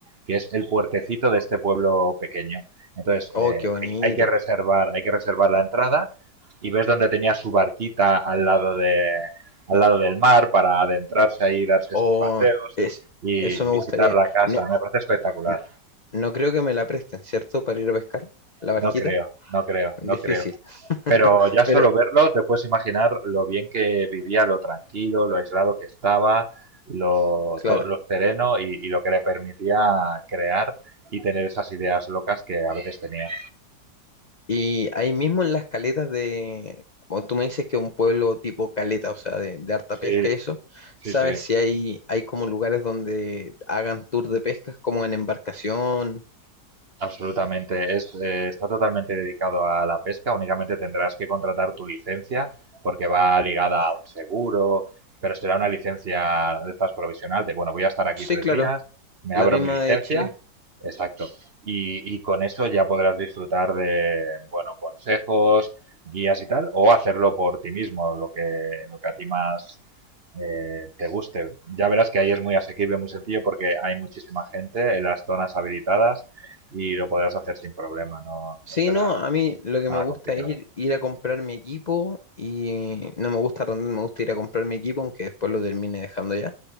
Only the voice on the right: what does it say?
que es el puertecito de este pueblo pequeño. Entonces,
eh,
hay, hay que reservar, hay que reservar la entrada y ves donde tenía su barquita al lado, de, al lado del mar para adentrarse ahí, darse
sus paseos
y
visitar
la casa.
Me parece espectacular.
No creo, no creo,
no creo. Pero ya
solo verlo te puedes imaginar lo bien que vivía, lo tranquilo, lo aislado que estaba, lo,
todo, lo sereno y, y lo que le permitía crear y tener esas ideas locas que a veces tenía.
Sí,
sí,
sí.
Absolutamente, es, eh, está totalmente dedicado a la pesca, únicamente tendrás que contratar tu licencia porque va ligada a un seguro, pero será una licencia de estas provisional, de bueno, voy a estar aquí
tres
días, me
abro
mi licencia,
exacto, y, y con eso ya podrás disfrutar de, bueno, consejos, guías y tal, o hacerlo por ti mismo, lo que, lo que a ti más eh, te guste. Ya verás que ahí es muy asequible, muy sencillo, porque hay muchísima gente en las zonas habilitadas y lo podrás hacer sin problema, no,
no será
nada
complicado.